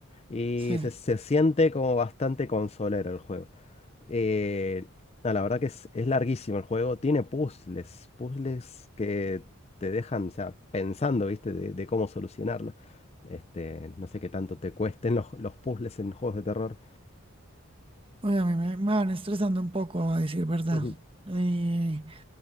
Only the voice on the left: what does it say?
y
se, se siente como bastante consolero el juego. Eh, no, la verdad que es, es larguísimo el juego. Tiene puzzles, puzzles que te dejan, o sea, pensando, ¿viste? De, de cómo solucionarlo. Este, no sé qué tanto te cuesten los, los puzzles en juegos de terror.
Ujú.